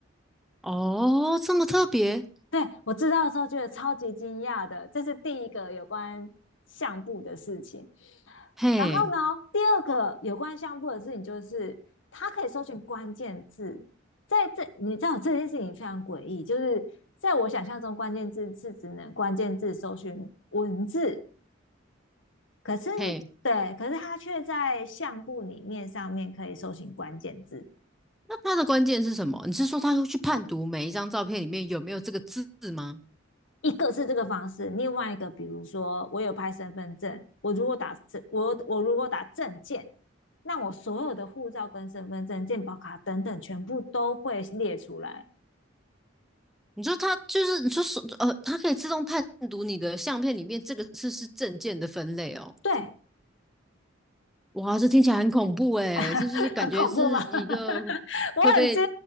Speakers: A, in the centre; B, on the left.
A: 哦，这么特别，
B: 对我知道的时候觉得超级惊讶的，这是第一个有关相簿的事情。
A: 嘿
B: 然后呢，第二个有关相簿的事情就是它可以搜寻关键字，在这你知道这件事情非常诡异，就是在我想象中，关键字是只能关键字搜寻文字。可是
A: 嘿，
B: 对，可是他却在相簿里面上面可以搜寻关键字。
A: 那它的关键是什么？你是说它会去判读每一张照片里面有没有这个字吗？
B: 一个是这个方式，另外一个比如说我有拍身份证，我如果打证，我我如果打证件，那我所有的护照跟身份证、健保卡等等，全部都会列出来。
A: 你说它就是你说手呃，它可以自动判读你的相片里面这个是是证件的分类哦。
B: 对
A: 哇，这听起来很恐怖诶，
B: <laughs>，
A: 这就是感觉是一个
B: 很恐怖吗 <laughs>？我很惊，
A: 会被。